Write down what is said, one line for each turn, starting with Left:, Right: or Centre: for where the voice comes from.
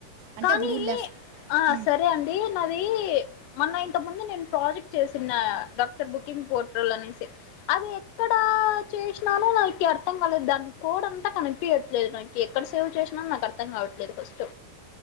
Right: అంటే
Left: కానీ
Right: అభూడు లెఫ్ట్
Left: ఆ!
Right: ఉ
Left: సరే అండి. నాది మొన్న ఇంత ముందు నేను ప్రాజెక్ట్ చేసిన్నా డాక్టర్ బుకింగ్ పో ప్రోల్లో అనేసి అది ఎక్కడా చేసినాను నాకి అర్థం కాలేదు దాని కోడ్ అంతా కనిపియ్యట్లేదు నాకి ఎక్కడ సే సేవ్ చేసిన నాకు అర్థం కావట్లేదు ఫస్ట్